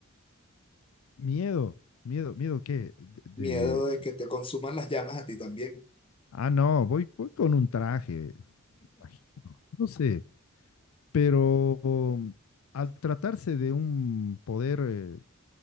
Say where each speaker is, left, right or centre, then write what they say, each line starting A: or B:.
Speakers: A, on the left; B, on the left.
A: Miedo. Miedo, miedo qué, de, de-
B: Miedo de que te consuman las llamas a ti también.
A: ah, no, voy, voy con un traje, imagino, no sé, pero um, al tratarse de un poder eh,